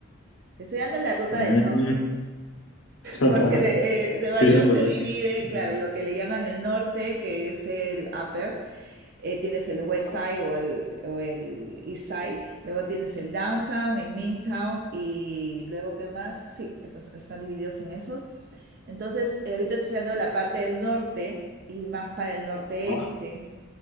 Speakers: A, on the right; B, on the left.
A: Te estoy dando la ruta
B: Mm.
A: del norte,
B: <laughs>
A: porque de, eh, Nueva
B: Sí,
A: York
B: muy
A: se
B: bien.
A: divide,
B: Ujú.
A: claro, lo que le llaman el norte, que es el upper, eh, tienes el west
B: No,
A: side o el, o el east side, luego tienes el downtown, el midtown y luego qué más, sí, esos están divididos en esos. Entonces, eh, ahorita estoy estudiando la parte del norte y más para el norte-este.
B: no,